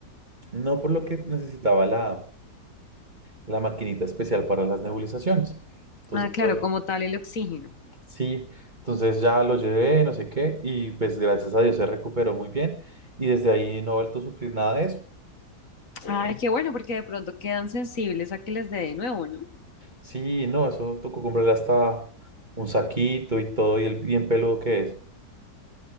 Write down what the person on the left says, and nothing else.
Ah, claro,
como tal el oxígeno.
Ay, qué bueno, porque de pronto quedan sensibles a que les dé de nuevo, ¿no?